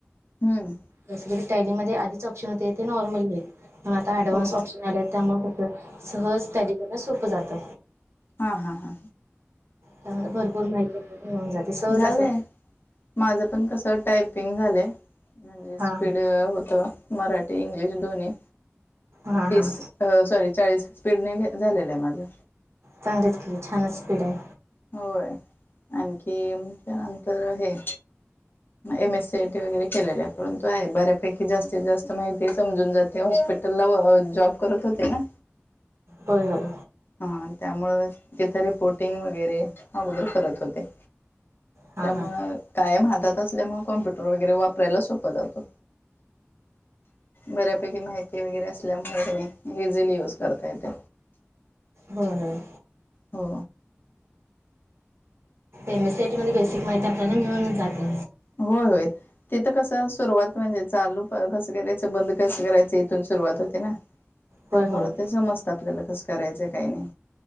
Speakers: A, on the left (about 50°); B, on the right (about 65°).
A: हम्म
B: जसं की टॅलीमध्ये आधीच ऑप्शन होते ते नॉर्मल आहेत, पण आता ऍडव्हान्स
A: हो
B: ऑप्शन त्यामुळे कसं सहज टॅली करणं सोपं जात.
A: हां हां हां
B: त्यामध्ये भरपूर माहिती आपल्याला मिळून जाते सहज
A: झाले.
B: असं
A: माझं पण कसं टायपिंग झालंय म्हणजे
B: हां
A: स्पीड
B: हां
A: होत. मराठी इंग्लिश दोन्ही
B: हां
A: तीस
B: हां
A: सॉरी चाळीस स्पीडने झालेलं आहे माझं.
B: चांगलीच केली छानच स्पीड आहे.
A: होय. आणखी त्यानंतर हे, एम एस सीयटी वगैरे केलेल्या आहे. परंतु आहे बऱ्यापैकी जास्तीत जास्त माहिती समजून जाते. हॉस्पिट त्याला जॉब करत होते ना.
B: होय होय.
A: हा त्यामुळे तिथे रिपोर्टिंग वगैरे अगोदर करत होते
B: हां
A: त्यामुळे
B: हां
A: कायम हातात असल्यामुळे कॉम्प्युटर वगैरे वापरायला सोपं जातं बऱ्यापैकी माहिती वगैरे असल्यामुळे इझिली युज करता येते
B: हम
A: हो
B: एमसीआयटी मध्ये बेसिक माहिती आपल्याला मिळून जाते
A: होय होय तिथ कसं सुरुवात म्हणजे चालू कसं करायचं बंद कसं करायचं इथून सुरुवात होते ना
B: होय
A: त्यामुळे
B: होय
A: ते समजत आपल्याला कसं करायचंय काही नाही